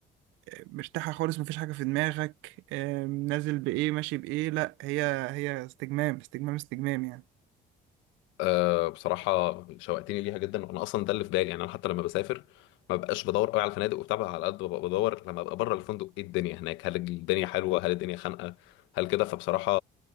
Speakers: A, on the right (about 85°); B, on the left (about 80°).
A: إيه، مرتاحه خالص مفيش حاجه في دماغك إيه، نازل بايه ماشي بايه لا هي هي استجمام استجمام استجمام يعني
B: أه بصراحه شوقتني ليها جدا وانا اصلا ده اللي في بالي يعني انا حتى لما بسافر ما بقاش بدور قوي على الفنادق وبتاع بقى على قد ما ببقى بدور لما ابقى بره الفندق ايه الدنيا هناك هل الدنيا حلوه هل الدنيا خانقه هل كده فبصراحه